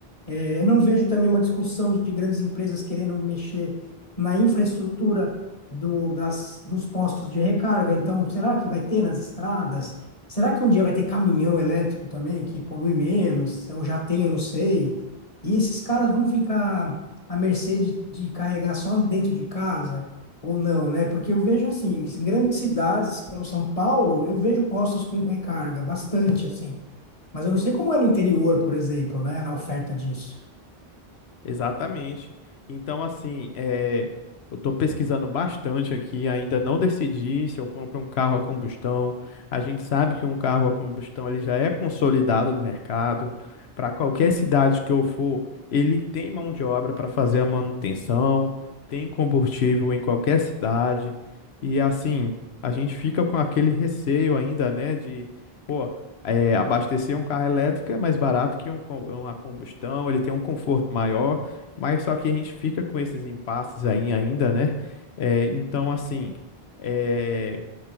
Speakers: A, on the left; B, on the left.
A: É, Eu não vejo também uma discussão de grandes empresas querendo mexer na infraestrutura do, das, dos postos de recarga. Então, será que vai ter nas estradas? Será que um dia vai ter caminhão elétrico também que polui menos? Ou já tem, eu não sei. E esses caras vão ficar à mercê de, de carregar só dentro de casa ou não, né? Porque eu vejo assim, em grandes cidades como São Paulo, eu vejo postos com recarga bastante assim. Mas eu não sei como é no interior, por exemplo, né? A oferta disso.
B: Exatamente. Então, assim, é, eu estou pesquisando bastante aqui, ainda não decidi se eu compro um carro a combustão. A gente sabe que um carro a combustão ele já é consolidado no mercado. Para qualquer cidade que eu for, ele tem mão de obra para fazer a manutenção, tem combustível em qualquer cidade. E assim, a gente fica com aquele receio ainda, né, de, pô, é, abastecer um carro elétrico é mais barato que um, co- uma combustão, ele tem um conforto maior. Mas só que a gente fica com esses impasses aí ainda, né? É, então, assim. é,